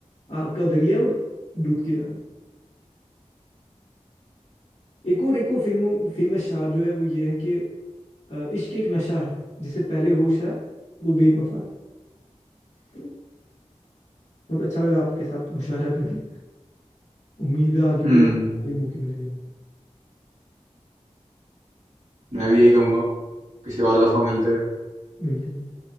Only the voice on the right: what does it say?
हम्म
मैं भी यही कहूँगा किसी और दफा मिलते हैं